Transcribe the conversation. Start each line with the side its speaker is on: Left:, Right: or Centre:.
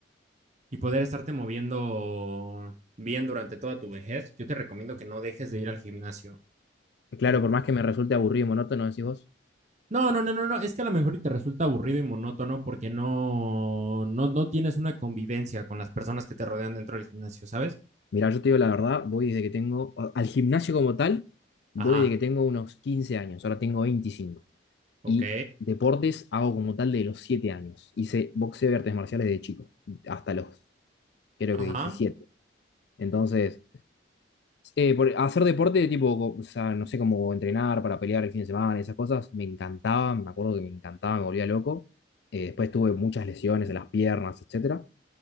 Right: y poder estarte moviendo bien durante toda tu vejez, yo te recomiendo que no dejes de ir al gimnasio.
Left: Claro,
Right: Mm.
Left: por más que me resulte aburrido y monótono, decís vos.
Right: No, no, no, no, no, es que a lo mejor y te resulta aburrido y monótono porque no, no, no tienes una convivencia con las personas que te rodean dentro del gimnasio, ¿sabes?
Left: Mirá, yo te digo la verdad, voy desde que tengo, al gimnasio como tal, voy
Right: Ajá,
Left: desde que tengo unos 15 años, ahora tengo veinticinco
Right: ok,
Left: Y deportes hago como tal de los 7 años. Hice boxeo y artes marciales de chico, hasta los, creo que
Right: ajá.
Left: diecisiete Entonces, eh, por hacer deporte, de tipo, o sea, no sé cómo entrenar para pelear el fin de semana, esas cosas, me encantaba, me acuerdo que me encantaba, me volvía loco. Eh, después tuve muchas lesiones en las piernas, etcétera.